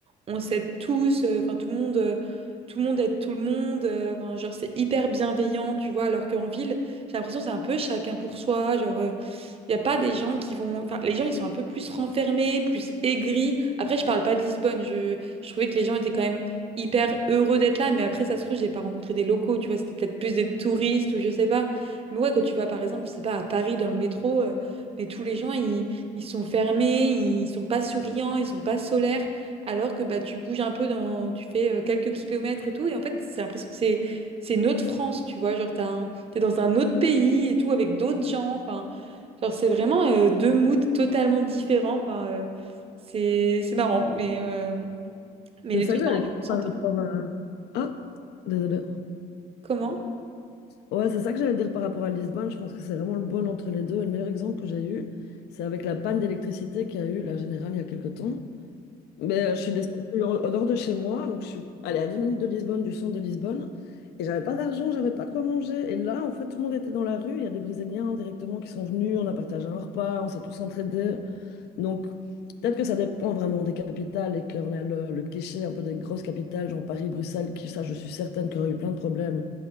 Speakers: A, on the right; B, on the left.
A: on s'aide tous, euh, enfin tout le monde, euh, tout le monde aide tout le monde, euh, enfin genre c'est hyper bienveillant, tu vois, alors qu'en ville, j'ai l'impression que c'est un peu chacun pour soi, genre il n'y a pas des gens qui vont, enfin les gens ils sont un peu plus renfermés, plus aigris. Après je parle pas de Lisbonne, je, je trouvais que les gens étaient quand même hyper heureux d'être là, mais après ça se trouve j'ai pas rencontré des locaux, tu vois, c'était peut-être plus des touristes ou je sais pas. Mais ouais quand tu vas par exemple, je sais pas à Paris dans le métro, euh, mais tous les gens ils ils sont fermés, ils sont pas souriants, ils sont pas solaires alors que bah, tu bouges un peu dans, tu fais euh, quelques kilomètres et tout, et en fait, c'est l'impression que c'est c'est une autre France, tu vois, genre t'as un- t'es dans un autre pays et tout avec d'autres gens, enfin, genre c'est vraiment euh, deux moods totalement différents, enfin, euh, c'est c'est marrant, mais euh, mais
B: C'est
A: les
B: ça
A: deux
B: que j'allais
A: sont
B: dire
A: en- s'entendent.
B: par rapport à... Ah, désolé.
A: Comment?
B: Ouais, c'est ça que j'allais dire par rapport à Lisbonne. Je pense que c'est vraiment le bon entre les deux. Et le meilleur exemple que j'ai eu, c'est avec la panne d'électricité qu'il y a eu la générale il y a quelques temps. Mais euh, je suis descendue en- au nord de chez moi, donc je suis allée à 10 minutes de Lisbonne, du centre de Lisbonne, et j'avais pas d'argent, j'avais pas de quoi manger. Et là, en fait, tout le monde était dans la rue. Il y a des Brésiliens directement qui sont venus, on a partagé un repas, on s'est tous entraidés. Donc, peut-être que ça dépend vraiment des capitales et qu'on a le, le cliché un peu des grosses capitales, genre Paris, Bruxelles, qui, ça, je suis certaine qu'il y aurait eu plein de problèmes